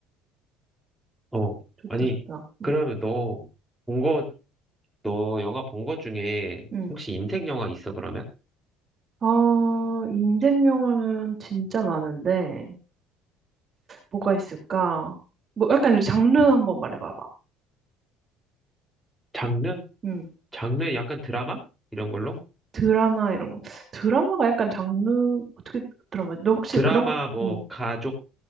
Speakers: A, in the centre; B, on the right.
A: 어,
B: 좋다,
A: 아니,
B: 좋다.
A: 그러면
B: 응.
A: 너 본 거, 너 영화 본 것 중에
B: 응.
A: 혹시 인생 영화 있어, 그러면?
B: 아, 인생 영화는 진짜 많은데. 뭐가 있을까? 뭐 약간 장르 한번 말해봐봐.
A: 장르?
B: 음,
A: 장르 약간 드라마? 이런 걸로?
B: 드라마 이런 거. 드라마가 약간 장르 어떻게 드라마? 너 혹시
A: 드라마,
B: 그런
A: 뭐,
B: 음,
A: 가족,